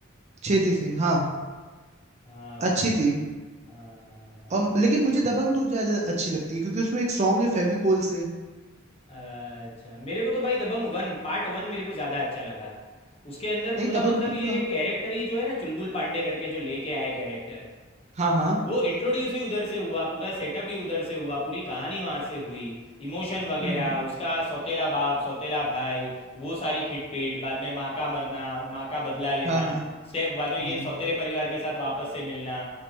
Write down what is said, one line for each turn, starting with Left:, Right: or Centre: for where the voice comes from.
Right: छेदी सिंह हाँ
Left: हाँ भाई
Right: अच्छी थी
Left: हाँ हाँ हाँ
Right: और लेकिन मुझे दबंग टू ज्यादा अच्छी लगती है क्योंकि उसमें एक सॉन्ग है फेविकोल से
Left: अच्छा मेरे को तो भाई दबंग वन पार्ट वन मेरे को ज़्यादा अच्छा लगा उसके अंदर
Right: नहीं
Left: पूरा
Right: दबंग
Left: मतलब
Right: टू
Left: ये
Right: का
Left: कैरेक्टर ही जो है ना चुलबुल पांडे करके जो लेके आए कैरेक्टर
Right: हाँ हाँ
Left: वो इंट्रोड्यूस ही उधर से हुआ पूरा सेटअप ही उधर से हुआ पूरी कहानी वहाँ से हुई इमोशन
Right: हम्म
Left: वगैरह
Right: हम्म
Left: उसका सौतेला बाप सौतेला भाई वो सारी खिटपीट बाद में माँ का मरना माँ का बदला लेना
Right: हाँ हाँ
Left: स्टेप बाद में ये
Right: वही
Left: सौतेले परिवार के साथ वापस से मिलना